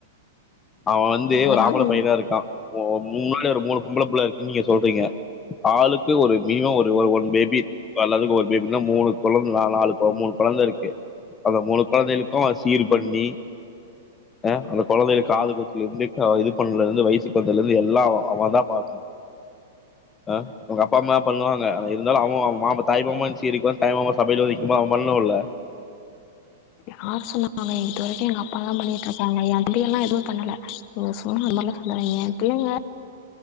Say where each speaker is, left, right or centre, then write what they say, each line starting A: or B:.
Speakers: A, on the left; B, on the left.
A: அவன் வந்து
B: அதனால
A: ஒரு ஆம்பள பையனா இருக்கா இப்போ <unintelligible> ஒரு மூணு பொம்பள பிள்ள இருக்குன்னு நீங்க சொல்றீங்க ஆளுக்கு ஒரு மினிமம் ஒரு ட்டு ஒரு ஒன் பேபி ஆள் ஆளுக்கு ஒரு பேபின்னா மூணு கொழந் நா நாலு மூணு கொழந்த இருக்கு அந்த மூணு கொழந்தைகளுக்கு சீரு பண்ணி அ அந்த கொழந்தைகங்களுக்கு காது குத்தி இருந்து அ இது பண்லதுலந்து வயிசுக்கு வந்ததுலேந்து எல்லா அவ அவந்தா பாக்குவா அ அவங்க அப்பாமா பண்ணுவா ல இருந்தாலு அவங்க அவங் மாம தாய்மாம சீருக்குன் வந் தாய்மாமா சபையில வந் வெக்கிம்போது அவன் பண்ணோல்ல
B: யார் சொன்னாங்க இது வரைக்கும் எங்க அப்பா தா பண்ணிட்ருக்காங்க என் அப்படியலா எதுவு பண்ணல நீங்க சும்மா அது மாரில்லா சொல்லாதீங்க பிள்ளைங்க